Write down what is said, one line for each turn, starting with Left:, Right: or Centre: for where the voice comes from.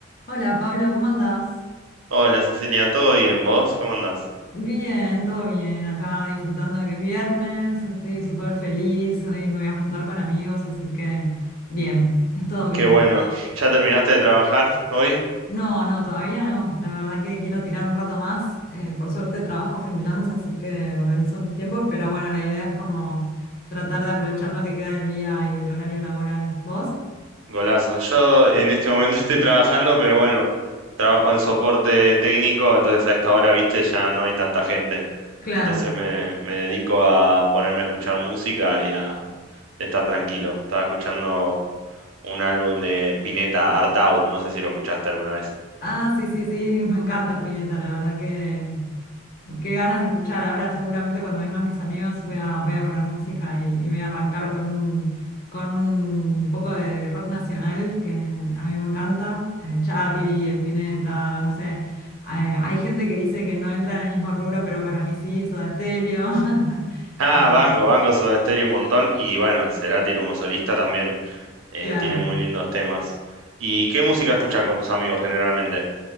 Left: Hola Pablo, ¿cómo andás?
Right: Hola Cecilia, ¿todo bien vos? ¿Cómo andás?
Left: Bien, todo bien, acá disfrutando de que es viernes, estoy súper feliz, hoy me voy a juntar con amigos, así que bien, es todo bien.
Right: Qué bueno, <laughs> ¿ya terminaste de trabajar hoy?
Left: No, no, todavía no, la verdad que quiero tirar un rato más, eh, por suerte trabajo freelance, así que organizo mis tiempos, pero bueno, la idea es como tratar de aprovechar lo que queda del día y del horario laboral. ¿Vos?
Right: Golazo. Yo en este momento <laughs> estoy trabajando, pero bueno, trabajo en soporte técnico, entonces a esta hora, viste, ya no hay tanta gente.
Left: Claro.
Right: Entonces me, me dedico a ponerme a escuchar música y a estar tranquilo. Estaba escuchando un álbum de Spinetta, Art Out, no sé si lo escuchaste alguna vez.
Left: Ah, sí, sí, sí, <laughs> me encanta Spinetta, la verdad que qué ganas de escuchar. Ahora seguramente cuando vengan mis amigos voy a, voy a poner música y, y voy a arrancar con un, con un poco de rock nacional que a mí me encanta. Eh, Charlie, Spinetta, no sé. Eh, hay gente que dice que no entra en el mismo rubro, pero para mí sí, Soda Stereo. <laughs>
Right: Ah,
Left: Eh,
Right: banco, banco Soda Stereo un montón. Y bueno, Cerati como solista también eh,
Left: claro.
Right: tiene muy lindos temas. ¿Y qué música escuchan con tus amigos generalmente?